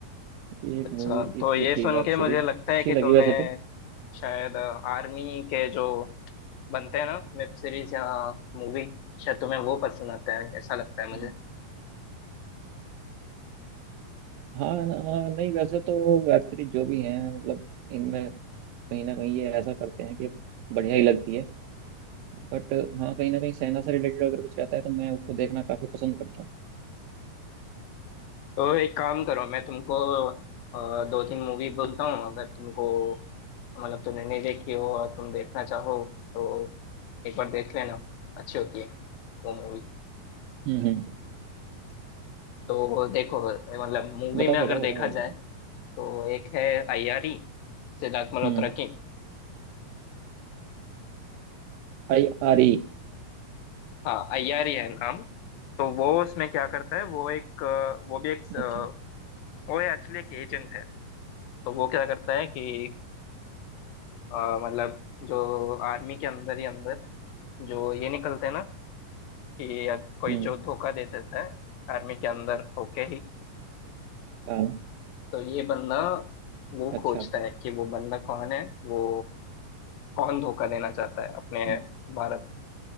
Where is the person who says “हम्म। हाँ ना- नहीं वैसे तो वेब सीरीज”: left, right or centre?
Right